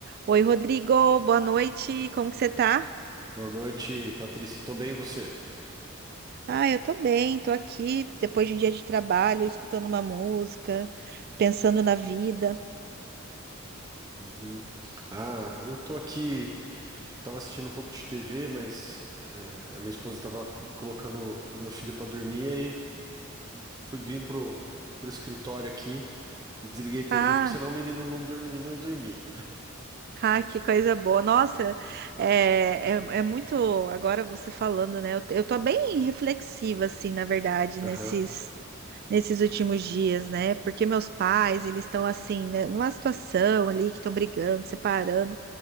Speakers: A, on the right; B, on the right.
A: Oi, Rodrigo, boa noite. Como que você tá?
B: Boa noite, Patrícia. Tô bem, e você?
A: Ah, eu tô bem, tô aqui depois de um dia de trabalho, escutando uma música, pensando na vida.
B: Uhum. Ah, eu tô aqui. Eu tava assistindo um pouco de TV, mas é, a minha esposa tava colocando o meu filho pra dormir, e aí fui vir pro, pro escritório aqui e desliguei a TV,
A: Ah,
B: porque senão o menino não dorme, não ia dormir.
A: ah, que coisa boa. Nossa, é, é, é muito. Agora você falando, né? Eu, eu tô bem reflexiva, assim, na verdade,
B: Aham,
A: nesses, nesses últimos dias, né? Porque meus pais, eles estão assim, né? Numa situação ali que estão brigando, separando.